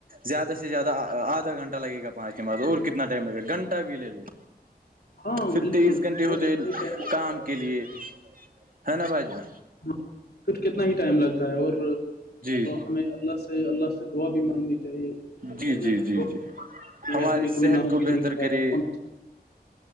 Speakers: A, on the right; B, on the left.
A: زیادہ سے زیادہ آدھا گھنٹہ لگے گا پانچ نمازوں اور کتنا ٹائم لگے گا گھنٹہ بھی لے لو
B: ہاں
A: پھر
B: بالکل
A: تیئیس
B: اور
A: گھنٹے ہوتے
B: کتنا
A: ہے
B: ہی ٹائم لگتا
A: کام
B: ہے
A: کے لیے ہے نا بھائی جان
B: ہاں، پھر کتنا ہی ٹائم لگتا ہے اور
A: جی
B: ہمیں اللہ سے اللہ سے دعا بھی مانگنی چاہیے کہنا
A: جی جی
B: کہ
A: جی
B: وہ
A: جی
B: اتی
A: ہماری
B: ہے ہمیں
A: صحت
B: کبھی ناامید
A: کو بہتر
B: نہیں کر
A: کرے
B: ہونا چاہیے